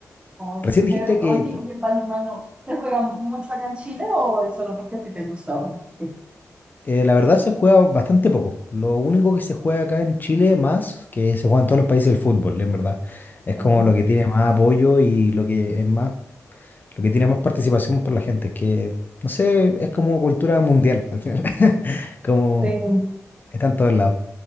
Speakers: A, on the right (about 20°); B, on the left (about 30°).
A: Oye,
B: Recién
A: chévere.
B: dijiste que
A: Oye, ¿y el balonmano se juega mucho allá en Chile o es solo porque a ti te gusta? Sí.
B: Eh, la verdad se juega bastante poco. Lo único que se juega acá en Chile más, que se juega en todos los países del fútbol, en verdad. Es
A: Ok.
B: como lo que tiene más apoyo y lo que es más, lo que tiene más participación por la gente, que no sé, es como cultura mundial al final. <laughs> Como
A: Sí.
B: está en todos lados.